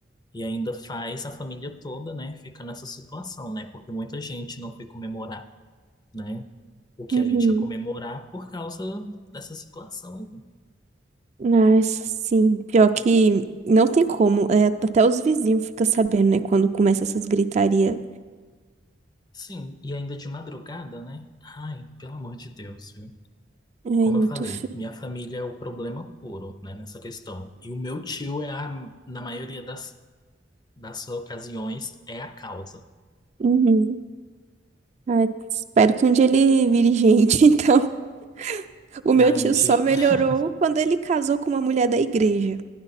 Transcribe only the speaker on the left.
e ainda faz a família toda, né, fica nessa situação, né, porque muita gente não foi comemorar, né, o que
a gente ia comemorar por causa dessa situação
Sim, e ainda de madrugada, né? Ai, pelo amor de Deus, viu?
Como
eu falei,
minha família é o problema puro, né, nessa questão. E o meu tio é a, na maioria das, das ocasiões, é a causa.
Ai,
no dia.
<laughs>